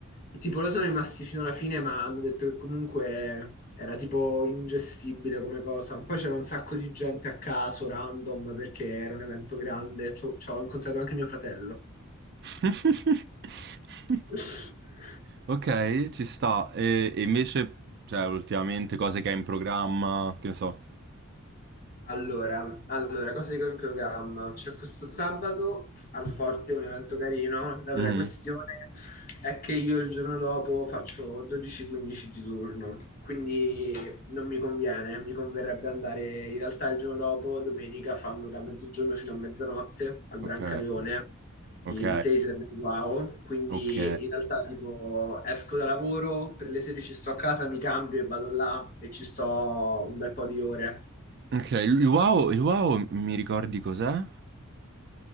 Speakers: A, on the left (about 40°); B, on the right (about 50°).
A: E tipo loro sono rimasti fino alla fine, ma hanno detto che comunque era tipo ingestibile come cosa. Poi c'era un sacco di gente a caso, random, perché era un evento grande. Ci ho ci ho incontrato anche mio fratello.
B: <laughs>
A: <laughs>
B: Ok, ci sta. E, e invece, cioè, ultimamente cose che hai in programma, che ne so.
A: Allora, allora, cosa dico in programma? C'è questo sabato al Forte un evento carino. La
B: Mhm,
A: vera questione è che io il giorno dopo faccio 12-15 di turno, quindi non mi conviene. Mi converrebbe andare in realtà il giorno dopo, domenica, fanno da mezzogiorno fino a mezzanotte al Brancaleone
B: Ok, ok,
A: il taser del Wow. Quindi
B: ok.
A: in realtà, tipo, esco da lavoro, per le 16 sto a casa, mi cambio e vado là e ci sto un bel po' di ore.
B: Ok, il wow, il wow, mi ricordi cos'è?